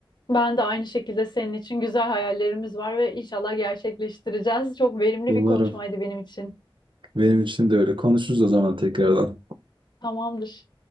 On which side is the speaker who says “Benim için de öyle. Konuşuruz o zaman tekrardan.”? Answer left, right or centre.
Right